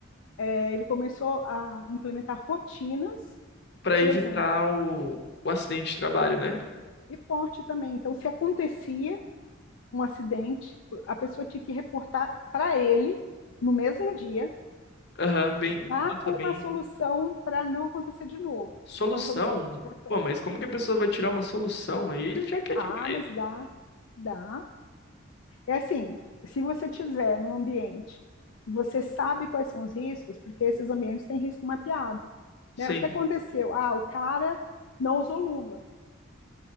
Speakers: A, on the left (about 70°); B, on the left (about 50°).
A: É, ele começou a implementar rotinas,
B: Pra evitar
A: por exemplo,
B: o, o acidente de trabalho, né?
A: de reporte também. Então, se acontecia um acidente, a pessoa tinha que reportar para ele no mesmo dia,
B: Aham, bem.
A: já
B: Nossa,
A: com
B: bem.
A: uma solução para não acontecer de novo,
B: Solução?
A: uma solução mitigatória.
B: Pô, mas como que a pessoa vai tirar uma solução? Aí ele já quer
A: Ah,
B: demais.
A: mas
B: né?
A: dá, dá. É assim, se você tiver num ambiente e você sabe quais são os riscos, porque esses ambientes têm risco mapeado,
B: Sim.
A: né? O que aconteceu? Ah, o cara não usou luva,